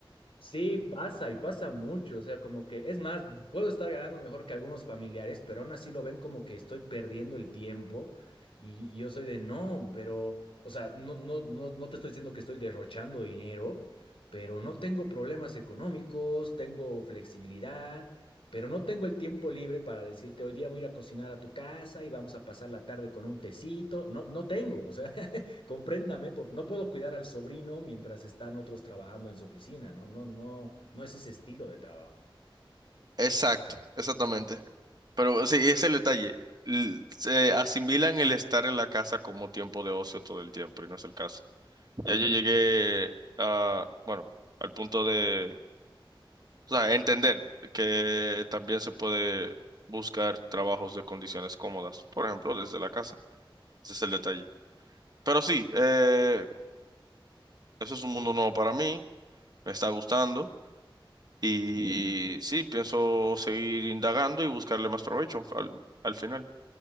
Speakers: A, on the left (about 80°); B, on the right (about 50°).
A: Sí, pasa y pasa mucho, o sea, como que es más, puedo estar ganando mejor que algunos familiares, pero aún así lo ven como que estoy perdiendo el tiempo y, y yo soy de no, pero, o sea, no, no, no, no te estoy diciendo que estoy derrochando dinero, pero no tengo problemas económicos, tengo flexibilidad, pero no tengo el tiempo libre para decirte hoy día voy a ir a cocinar a tu casa y vamos a pasar la tarde con un tecito, no, no tengo, o sea, <laughs> compréndame, por, no puedo cuidar al sobrino mientras están otros trabajando en su oficina, ¿no? No, no, no es ese estilo de trabajo.
B: Exacto, exactamente. Pero sí, ese es el detalle. L- Se asimilan el estar en la casa como tiempo de ocio todo el tiempo y no es el caso. Ya yo llegué a, bueno, al punto de, o sea, entender que también se puede buscar trabajos de condiciones cómodas, por ejemplo, desde la casa. Ese es el detalle. Pero sí, eh, eso es un mundo nuevo para mí, me está gustando y sí, pienso seguir indagando y buscarle más provecho al, al final,